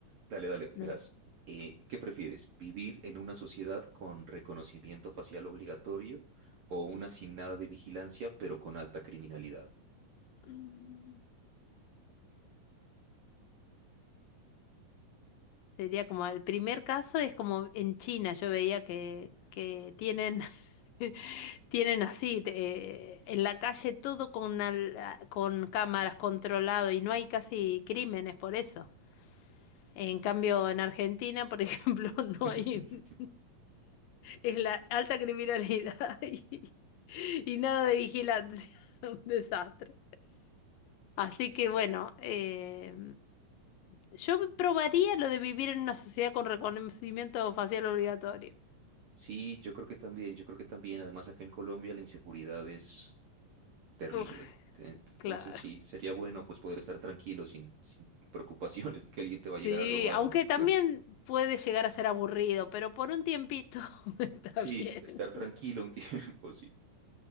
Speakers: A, on the right; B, on the left.
A: Dale, dale,
B: No.
A: verás. Eh, ¿qué prefieres? ¿Vivir en una sociedad con reconocimiento facial obligatorio o una sin nada de vigilancia pero con alta criminalidad?
B: Mm, Sería como el primer caso es como en China, yo veía que, que tienen, <laughs> tienen así, eh, en la calle todo con, al- con cámaras controlado y no hay casi crímenes
A: ¿Mm?
B: por eso. En cambio, en Argentina, por ejemplo, <laughs> no
A: <laughs>
B: hay... <laughs> Es la alta criminalidad <laughs> y, y nada de vigilancia. <laughs> Un desastre. Así que bueno, eh, yo probaría lo de vivir en una sociedad con reconocimiento facial obligatorio.
A: Sí, yo creo que también, yo creo que también, además acá en Colombia la inseguridad es terrible.
B: Uf,
A: Ent-
B: claro.
A: Entonces sí, sería bueno pues poder estar tranquilo sin, sin preocupaciones de que alguien te va
B: Sí,
A: a llegar a robar,
B: aunque
A: ¿no?
B: también
A: <laughs>
B: puede llegar a ser aburrido, pero por un tiempito <laughs> está
A: Sí,
B: bien.
A: estar tranquilo un <laughs> tiempo, sí.